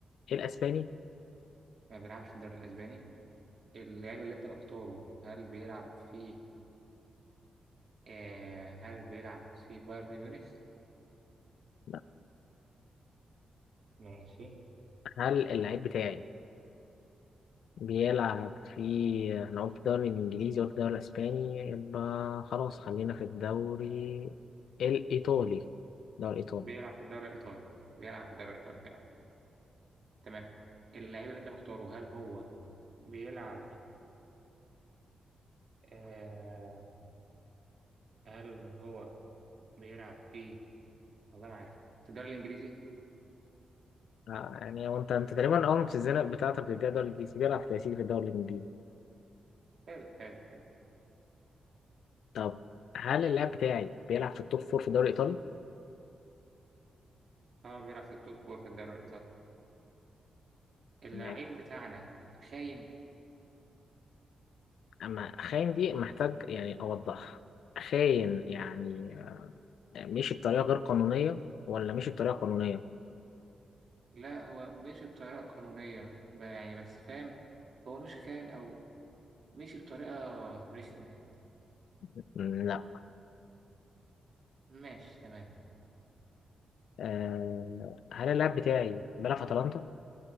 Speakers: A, on the left; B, on the right.
A: الإسباني؟
B: ما بيلعبش في الدوري الاسباني اللاعب اللي انت مختاره هل بيلعب في آه هل بيلعب في بايرن ميونخ؟
A: لا
B: ماشي
A: هل اللعيب بتاعي بيلعب في احنا قلت الدوري الإنجليزي قلت الدوري الأسباني يبقى خلاص خلينا في الدوري الإيطالي الدوري الإيطالي
B: بيلعب في الدوري الإيطالي بيلعب في الدوري الإيطالي فعلا تمام اللاعب اللي أنت مختاره هل هو بيلعب آه هل هو بيلعب في والله ما عارف في الدوري الإنجليزي
A: آه يعني هو أنت أنت تقريبا أول ما بتتزنق بتاعتك بتديها الدوري الإنجليزي بيلعب في تأثير في الدوري الإنجليزي
B: حلو حلو حلو
A: طب هل اللاعب بتاعي بيلعب في التوب فور في الدوري الإيطالي؟
B: هو بيلعب في التوب فور في الدوري الإيطالي اللاعب
A: ماشي
B: بتاعنا خاين
A: أما خاين دي محتاج يعني أوضحها خاين يعني آه، مشي بطريقة غير قانونية ولا مشي بطريقة قانونية؟
B: لا هو مشي بطريقة قانونية ب- يعني بس فاهم هو مش خاين أو مشي بطريقة رخمة يعني.
A: م، لا
B: ماشي تمام
A: آه هل اللاعب بتاعي بيلعب في أتلانتا؟